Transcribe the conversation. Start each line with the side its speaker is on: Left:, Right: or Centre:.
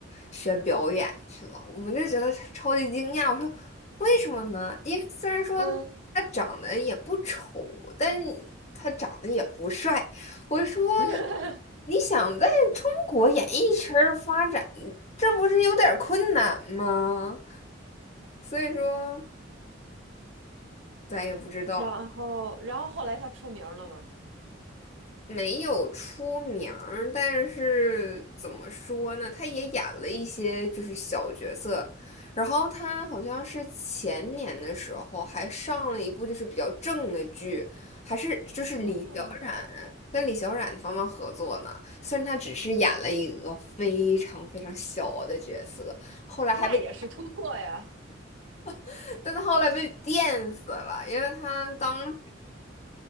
Left: 学表演去了，我们就觉得超级惊讶。我说为什么呢？因为虽然说他长得也不丑，
Right: 嗯，<laughs>
Left: 但他长得也不帅。我说，
Right: 嗯，
Left: 你想在中国演艺圈儿发展，这不是有点儿困难吗？所以说，咱也不知道。
Right: 然后，然后后来他出名了吗？
Left: 没有出名儿但是怎么说呢？他也演了一些就是小角色，然后他好像是前年的时候还上了一部就是比较正的剧，还是就是李小冉跟李小冉他们合作呢。
Right: 哦，
Left: 虽然他只是演了一个非常非常小的角色，后来还被，
Right: 那也是突破呀，
Left: <laughs> 但他后来被电死了，因为他当时